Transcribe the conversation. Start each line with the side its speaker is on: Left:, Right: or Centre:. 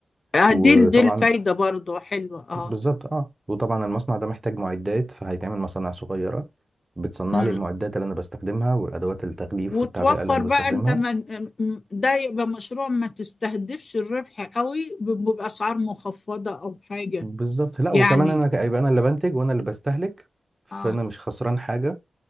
Left: آه،
Right: وطبعا
Left: دي دي الفايدة برضو حلوة اه
Right: بالظبط اه وطبعا المصنع ده محتاج معدات فهيتعمل مصانع صغيرة بتصنع
Left: أمم.
Right: لي المعدات اللي انا بستخدمها والادوات التغليف
Left: وتوفر
Right: والتعبئة اللي انا
Left: بقى
Right: بستخدمها
Left: انت من م- ده يبقى مشروع ما تستهدفش الربح قوي ب- بأسعار مخفضة او حاجة
Right: بالظبط لا وكمان
Left: يعني
Right: انا ك- هيبقى انا اللي بنتج وانا اللي بستهلك فانا
Left: اه
Right: مش خسران حاجة